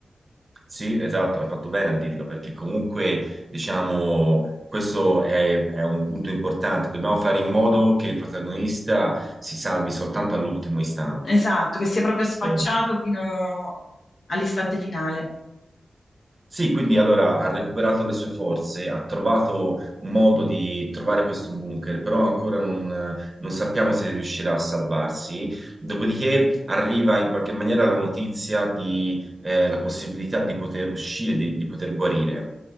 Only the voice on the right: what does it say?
Sì, esatto, hai fatto bene a dirlo, perché comunque, diciamo, questo è, è un punto importante. Dobbiamo fare in modo che il protagonista si salvi soltanto all'ultimo istante.
Eh,
Sì, quindi allora ha recuperato le sue forze, ha trovato un modo di trovare questo bunker, però ancora non, non sappiamo se riuscirà a salvarsi. Dopodiché arriva in qualche maniera la notizia di eh, la possibilità di poter uscire, di, di poter guarire.